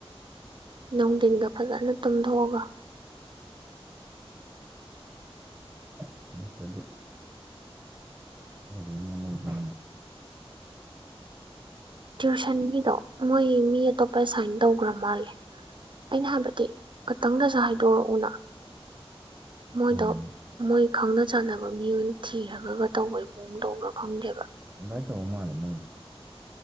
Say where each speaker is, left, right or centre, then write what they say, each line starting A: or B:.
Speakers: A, on the right; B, on the right.
A: ꯅꯨꯡꯊꯤꯟꯗ ꯐꯖꯅ ꯇꯨꯝꯊꯣꯛꯑꯒ
B: ꯑꯗꯨ ꯅꯠꯇ꯭ꯔꯗꯤ ꯕꯣꯜ ꯌꯦꯡ ꯉꯝꯃꯣꯏꯗ꯭ꯔ
A: ꯇ꯭ꯋꯨꯁꯟꯒꯤꯗꯣ ꯃꯣꯏ ꯃꯤ ꯑꯇꯣꯞꯄ ꯁꯥꯏꯟ ꯇꯧꯈ꯭ꯔ ꯃꯥꯜꯂꯦ ꯑꯩꯅ ꯍꯥꯏꯕꯗꯤ ꯈꯇꯪꯗꯁꯨ ꯍꯥꯏꯗꯣꯔꯛꯎꯅ ꯃꯣꯏꯗꯣ
B: ꯎꯝ
A: ꯃꯣꯏ ꯈꯪꯅ ꯆꯥꯟꯅꯕ ꯃꯤꯑꯣꯏ ꯊꯤꯔꯒꯒ ꯇꯧꯕꯩ ꯃꯑꯣꯡ ꯇꯧꯕ꯭ꯔꯥ ꯈꯪꯗꯦꯕ
B: ꯑꯗꯨꯃꯥꯏꯅ ꯇꯧꯕ ꯃꯥꯂꯦ ꯃꯣꯏꯗꯨ